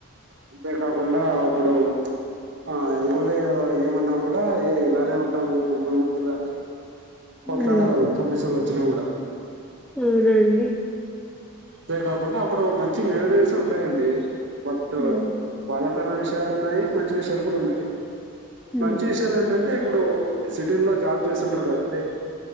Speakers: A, on the right; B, in the centre.
A: అంతే కాకుండా ఇప్పుడు ఆ ఎవరు ఏమన్నా కూడా ఇలానే ఉంటాము గుంపులు రాత్రి కొట్లాడేవాళ్ళు
B: ఉమ్
A: పోలీసోళ్ళు వచ్చినా కూడా
B: అవునండి
A: అంతేకాకుండా అప్పుడు మంచి మెమరీస్ ఉండేయండి బట్టు
B: ఉమ్
A: బాధాకరణ విషయాలు ఉన్నాయి మంచి విషయాలు కూడా ఉన్నాయి
B: ఉమ్
A: మంచి విషయాలెంటంటే ఇప్పుడు ఈ సిటీ లో జాబ్ చేస్తుంటరు కదండి